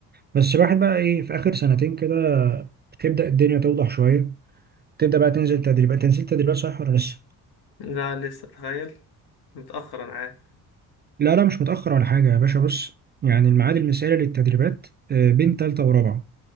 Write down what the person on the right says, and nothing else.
بس الواحد بقى إيه في آخر سنتين كده تبدأ الدنيا توضح شوية تبدأ بقى تنزل تدريبات تنزل تدريبات صح ولا لسه؟
لا لا مش متأخر ولا حاجة يا باشا بص يعني الميعاد المثالي للتدريبات آه، بين تالتة ورابعة